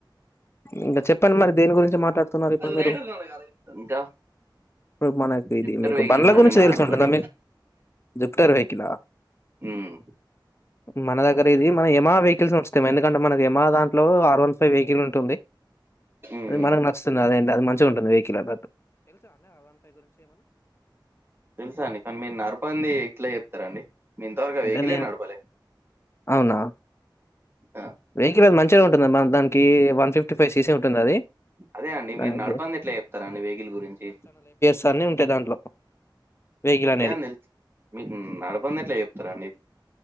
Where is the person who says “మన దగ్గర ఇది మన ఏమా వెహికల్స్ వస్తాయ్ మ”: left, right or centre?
Left